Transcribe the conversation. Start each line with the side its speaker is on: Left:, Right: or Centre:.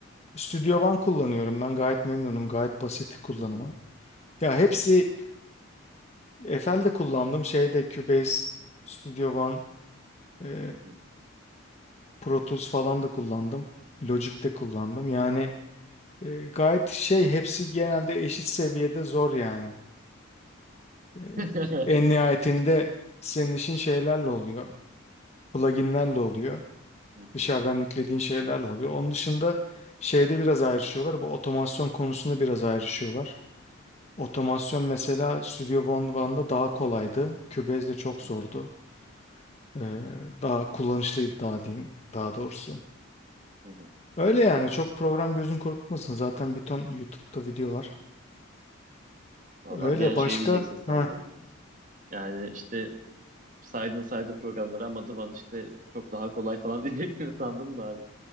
Left: Studio One kullanıyorum ben gayet memnunum gayet basit kullanımı.
Right: Hı hı.
Left: Ya hepsi FL'de kullandım şeyde Cubase, Studio One, e,
Right: Hı hı.
Left: Pro Tools falan da kullandım. Logic'te kullandım yani e, gayet şey hepsi genelde eşit seviyede zor yani. E,
Right: <laughs>
Left: en nihayetinde senin işin şeylerle oluyor, pluginlerle oluyor,
Right: Hı
Left: dışarıdan
Right: hı.
Left: yüklediğin şeylerle oluyor. Onun dışında şeyde biraz ayrışıyorlar bu otomasyon konusunda biraz ayrışıyorlar. Otomasyon mesela Studio One One'da daha kolaydı. Cubase'de çok
Right: Hı
Left: zordu.
Right: hı.
Left: Ee, daha kullanışlıydı daha diyeyim daha doğrusu.
Right: Hı hı.
Left: Öyle yani çok program gözün korkutmasın. Zaten bir ton YouTube'da video var.
Right: Valla
Left: Öyle
Right: bir an şey
Left: başka
Right: diyeceksin sandım.
Left: ha
Right: Yani işte saydın saydın programları ama Dıvan işte çok daha kolay falan <laughs> diyeceksin sandım da abi.